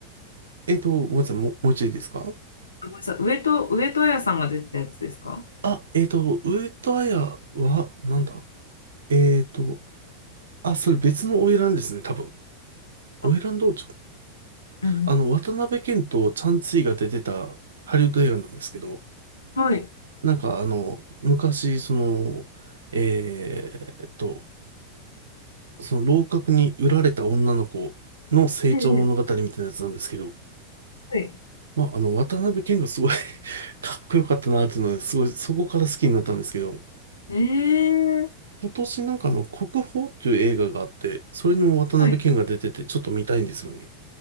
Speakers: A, on the right; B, on the left.
A: えっと、ごめんなさい、もう、もう一度いいですか
B: あごめんなさい。上戸、上戸彩さんが出てたやつですか
A: あ、えっと、上戸彩は、なんだえっと、あ、それ別の花魁ですね、多分。花魁道
B: あ、うん
A: あの、渡辺謙とチャン・ツイが出てたハリウッド映画なんですけど、
B: うんはい。
A: なんかあの、昔、その、えーっと、その楼閣に売られた女の子の成長物語みたいなやつなんですけど、
B: ええ、はい。
A: まあ、あの、渡辺謙がすごい <laughs> かっこよかったなっていうので、すごい、そこから好きになったんですけど、
B: ええ、
A: 今年なんかあの、国宝っていう映画があって、それにも渡辺謙が出てて、
B: はい。
A: ちょっと見たいんですよね。